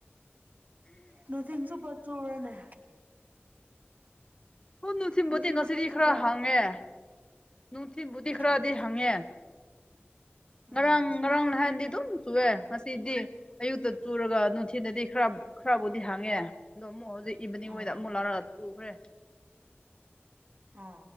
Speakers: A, on the right; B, on the left.
A: ꯅꯨꯡꯊꯤꯟꯁꯨ ꯕꯆꯨꯔꯅꯦ
B: ꯍꯣꯏ ꯅꯨꯡꯊꯤꯜꯕꯨꯗꯤ
A: ꯅꯨꯡꯊꯤꯟ
B: ꯉꯁꯤꯗꯤ
A: ꯆꯨꯞꯄ ꯆꯨꯕ꯭ꯔꯥ
B: ꯈꯔ ꯍꯪꯉꯦ ꯅꯨꯡꯊꯤꯜꯕꯨꯗꯤ
A: ꯎꯝ
B: ꯈꯔꯗꯤ ꯍꯪꯉꯦ꯫ ꯉꯔꯥꯡ
A: ꯎꯝ
B: ꯉꯔꯥꯡ ꯅꯍꯥꯟꯗꯤ ꯑꯗꯨꯝ ꯆꯨꯑꯦ꯫ ꯉꯁꯤꯗꯤ ꯑꯌꯨꯛꯇ ꯆꯨꯔꯒ ꯅꯨꯡꯊꯤꯜꯗꯗꯤ ꯈꯔ ꯈꯔꯕꯨꯗꯤ ꯍꯥꯡꯉꯦ ꯑꯗꯣ ꯑꯃꯨꯛ ꯍꯧꯖꯤꯛ ꯏꯚꯤꯅꯤꯡꯗ
A: ꯎꯝ
B: ꯑꯃꯨꯛ ꯂꯥꯔꯒ ꯇꯨꯈ꯭ꯔꯦ
A: ꯑ